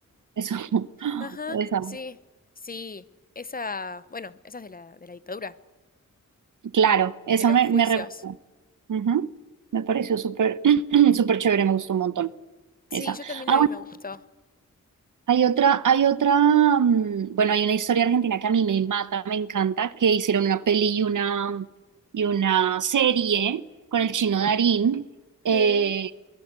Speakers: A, on the right; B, on the left.
A: Eso, <laughs>
B: Ajá,
A: esa,
B: sí, sí. Esa, bueno, esa es de la, de la dictadura,
A: claro, esa
B: de los
A: me,
B: juicios.
A: me re gustó. Ujú. Me pareció súper, <clears throat> súper chévere, me gustó un montón.
B: Sí,
A: Esa.
B: yo también
A: Ah,
B: la vi, me gustó.
A: Hay otra, hay otra, mm, bueno, hay una historia argentina que a mí me mata, me encanta, que hicieron una peli y una, y una serie con el chino Darín, eh,
B: Mm.